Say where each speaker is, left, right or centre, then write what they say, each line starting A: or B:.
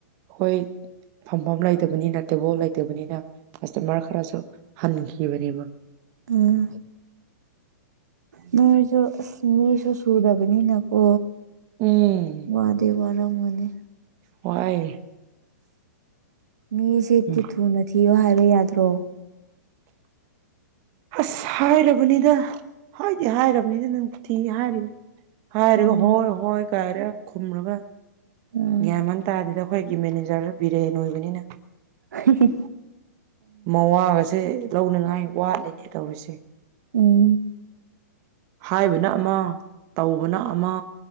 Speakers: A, on the right; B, on the right.
A: ꯍꯣꯢ ꯐꯝꯕꯝ ꯂꯩꯇꯕꯅꯤꯅ ꯇꯦꯕꯜ ꯂꯩꯇꯕꯅꯤꯅ ꯀꯁꯇꯃꯔ ꯈꯔꯁꯨ ꯍꯟꯈꯤꯕꯅꯦꯕ
B: ꯎꯝ ꯅꯣꯢꯖꯨ ꯑꯁ ꯃꯤꯁꯨ ꯁꯨꯗꯕꯅꯤꯅꯀꯣ
A: ꯎꯝ
B: ꯋꯥꯗꯤ ꯋꯥꯔꯝꯃꯅꯤ꯫
A: ꯋꯥꯢ
B: ꯃꯤꯁꯦꯇ
A: ꯎꯝ
B: ꯊꯨꯅ ꯊꯤꯌꯨ ꯍꯥꯢꯕ ꯌꯥꯗ꯭ꯔꯣ꯫
A: ꯍꯁ ꯍꯥꯢꯔꯕꯅꯤꯗ ꯍꯥꯢꯗꯤ ꯍꯥꯢꯔꯕꯅꯤꯗ ꯅꯪꯕꯣ ꯊꯤꯅꯤ ꯍꯥꯢꯔꯤꯃꯤ ꯍꯥꯢꯔꯒ
B: ꯎꯝ
A: ꯍꯣꯢ ꯍꯣꯢ ꯀꯥꯢꯔ ꯈꯨꯝꯔꯒ
B: ꯎꯝ
A: ꯒ꯭ꯌꯥꯟꯃꯟ ꯇꯥꯗꯦꯗ ꯑꯩꯈꯣꯢꯒꯤ ꯃꯦꯅꯦꯖꯔ ꯕꯤꯔꯦꯟ ꯑꯣꯢꯕꯅꯤꯅ
B: ꯍꯤ ꯍꯤ
A: ꯃꯋꯥꯒꯁꯦ ꯂꯧꯅꯉꯥꯢ ꯋꯥꯠꯂꯦꯅꯦ ꯇꯧꯔꯤꯁꯦ
B: ꯎꯝ
A: ꯍꯥꯢꯕꯅ ꯑꯃ ꯇꯧꯕꯅ ꯑꯃ